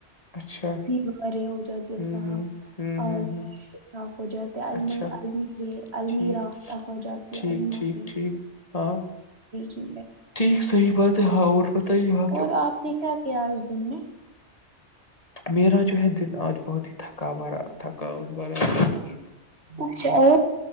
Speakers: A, on the left (about 30°); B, on the right (about 60°).
A: اچھا
B: بیمار ہو
A: ہوں
B: صاف
A: ہوں ہوں
B: اور
A: ہوں ہوں
B: صاف ہو جاتے ہے الم
A: اچھا
B: المیر المیرا
A: ٹھیک
B: صاف ہو جاتی ہے
A: ٹھیک
B: المار
A: ٹھیک ٹھیک ہاں
B: جی
A: ٹھیک صحیح بات ہے ہاں اور بتائیے ہاں
B: اور آپ نے کیا کیا اس دن میں
A: میرا جو ہے دن آج بہت ہی تھکاوا رہا تھکاؤٹ براب
B: اچھا اور